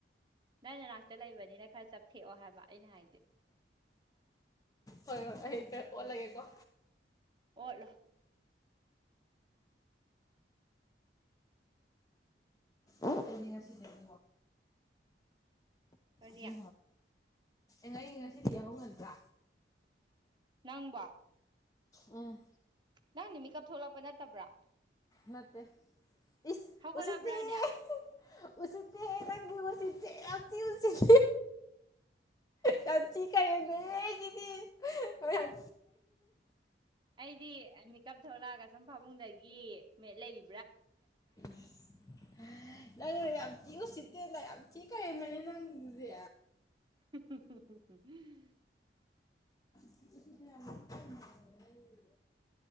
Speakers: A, on the right; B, on the left.
A: ꯅꯪꯅ ꯉꯅꯥꯛꯇ ꯂꯩꯕꯅꯤꯅ ꯈꯔ ꯆꯞꯊꯦꯛꯑꯣ ꯍꯥꯏꯕ ꯑꯩꯅ ꯍꯥꯏꯗꯤ
B: ꯍꯣꯏ ꯍꯣꯏ ꯑꯩ ꯈꯔ ꯑꯣꯜꯂꯒꯦꯀꯣ
A: ꯑꯣꯠꯂ‌ꫭ
B: ꯑꯩꯗꯤꯉꯁꯤꯁ‌ꯦ <unintelligible>
A: ꯀꯔꯤ
B: ꯑꯦ ꯉ ꯑꯩ ꯉꯁꯤꯗꯤ ꯌꯥꯎꯍꯧ ꯉꯟꯗ꯭ꯔꯥ
A: ꯅꯪꯕꯥ
B: ꯑꯝ
A: ꯅꯪꯗꯤ ꯃꯤꯀꯞ ꯊꯣꯛꯂꯛꯄ ꯅꯠꯇꯕ꯭ꯔꯥ
B: ꯅꯠꯇ‌ꯦ ꯏꯁ
A: ꯍꯧꯒꯠꯂꯕ꯭ꯔꯥꯅꯦ
B: ꯎꯁꯤꯠꯇ‌ꯦ ꯍ‌ꯦ ꯎꯁꯤꯠ ꯇ‌ꯦ ꯍꯦ ꯅꯪꯗꯤ ꯎꯟꯁꯤꯗꯦ ꯌꯥꯝ ꯊꯤꯅ ꯎꯁꯤꯠ ꯌꯥꯝꯊꯤꯅ ꯀꯔꯦꯝꯅꯩꯍꯩ ꯁꯤꯗꯤ ꯃꯌꯥꯝ
A: ꯑꯩꯗꯤ ꯃꯤꯀꯞ ꯊꯣꯛꯂꯛꯑꯒ ꯁꯨꯝ ꯄꯥꯕꯨꯡꯗꯒꯤ ꯃꯦꯠ ꯂꯩꯔꯤ
B: <inaudible> ꯅꯪꯅ ꯌꯥꯝ ꯊꯤ ꯎꯁꯤꯠꯇꯦꯅ ꯌꯥꯝ ꯊꯤꯅ ꯀꯔ‌ꯦꯝꯅꯩꯍ‌ꯦ ꯅꯪꯒꯨꯗꯨꯗꯤ
A: <inaudible>
B: <unintelligible>